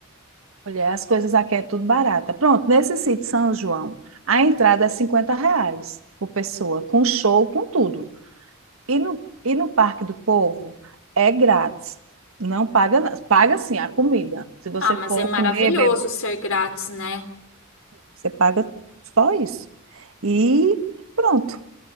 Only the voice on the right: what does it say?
Olha, as coisas aqui é tudo barata. Pronto, nesse sítio São João, a entrada é 50 reais por pessoa, com show, com tudo. E no, e no Parque do Povo é grátis. Não paga, nada paga sim a comida. Se você
for
comer, beber,
você paga só isso. E pronto.